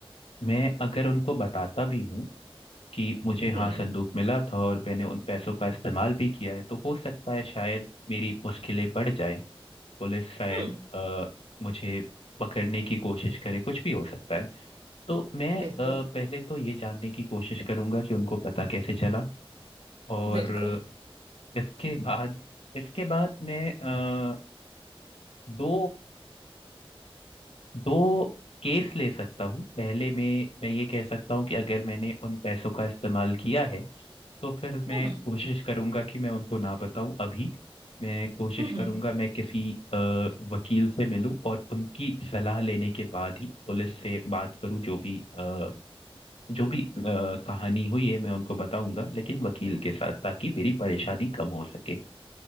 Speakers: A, on the left; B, on the right.
A: मैं अगर उनको बताता भी हूँ कि मुझे हाँ
B: हम्म
A: संदूक मिला था और मैंने उन पैसों का इस्तेमाल भी किया है तो हो सकता है शायद मेरी मुश्किलें बढ़ जाएं पुलिस शायद
B: हम्म
A: अ, मुझे पकड़ने की कोशिश करे कुछ भी हो सकता है तो मैं
B: बिल्कुल
A: अ, पहले तो ये जानने की कोशिश करूंगा कि उनको पता कैसे चला और
B: बिल्कुल
A: इसके बाद इसके बाद मैं अ, दो दो केस ले सकता हूँ पहले में मैं ये कह सकता हूँ कि अगर मैंने उन पैसों का इस्तेमाल किया है तो फिर मैं
B: हम्म
A: कोशिश करूंगा कि मैं उनको ना बताऊं अभी मैं कोशिश
B: हम्म
A: करूंगा मैं किसी अ, वकील से मिलूं और उनकी सलाह लेने के बाद ही पुलिस से बात करूं जो भी अ, जो भी अ, कहानी हुई है मैं उनको बताऊंगा लेकिन वकील के साथ ताकि मेरी परेशानी कम हो सके